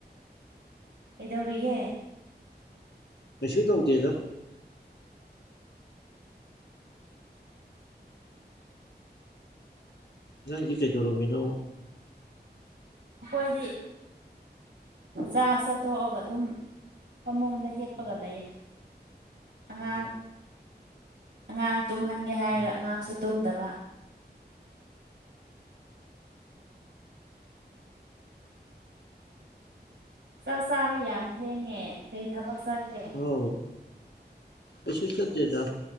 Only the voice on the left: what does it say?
ꯀꯩꯁꯨ ꯇꯧꯗꯦꯗ ꯅꯗꯤ ꯀꯩꯗꯧꯔꯣꯃꯤꯅꯣ
ꯎꯝ
ꯑꯣ
ꯎꯝ ꯎꯝ
ꯍꯧ ꯀꯩꯁꯨ ꯆꯠꯀꯦꯗ